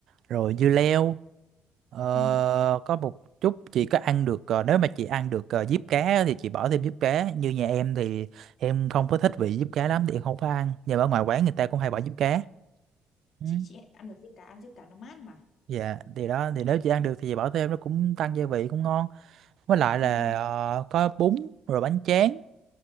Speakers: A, on the right; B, on the left.
A: rồi dưa leo Ờ,
B: ừ
A: có một chút chị có ăn được ờ, nếu mà chị ăn được ờ, diếp cá á thì chị bỏ thêm diếp cá như nhà em thì em không có thích vị diếp cá lắm thì em không có ăn nhưng mà ở ngoài quán người ta cũng hay bỏ diếp cá ừ.
B: chị chị ăn được diếp cá ăn diếp cá nó mát mà
A: dạ thì đó thì nếu chị ăn được thì chị bỏ thêm nó cũng tăng gia vị cũng ngon với lại
B: ừ
A: là
B: ừ
A: ờ, có bún rồi bánh tráng